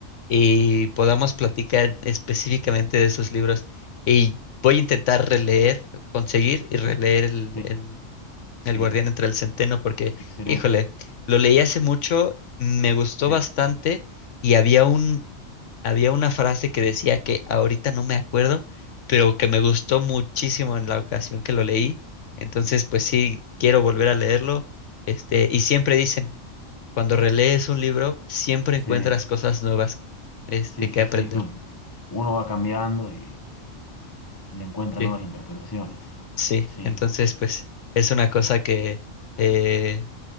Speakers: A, on the left; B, on the left.
A: y podamos platicar específicamente de esos libros. Y voy a intentar releer, conseguir y releer el,
B: sí,
A: el,
B: sí,
A: el Guardián entre el Centeno, porque,
B: excelente.
A: híjole, lo leí hace mucho, me gustó
B: Sí,
A: bastante y había un, había una frase que decía que ahorita no me acuerdo, pero que me gustó muchísimo en la ocasión que lo leí. Entonces, pues sí, quiero volver a leerlo. Este, y siempre dicen, cuando relees un libro, siempre
B: sí,
A: encuentras cosas nuevas, este,
B: sí, sí,
A: que aprender.
B: sí, es que uno va cambiando y, y le encuentra
A: Sí.
B: nuevas interpretaciones.
A: Sí,
B: Sí,
A: entonces, pues, es una cosa que eh,